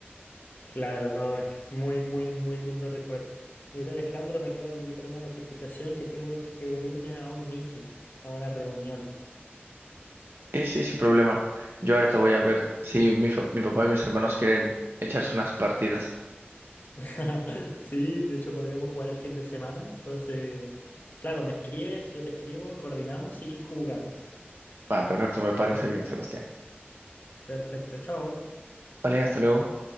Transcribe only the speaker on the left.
Claro, no, es que es muy, muy, muy lindo recuerdo. Mira, Alejandro, me acaba de llegar una notificación que tengo que unirme a un meeting, a una reunión.
<laughs> Sí, de hecho podríamos jugar el fin de semana. Entonces, claro, me escribes, yo te escribo, coordinamos y jugamos.
Perfecto, chao.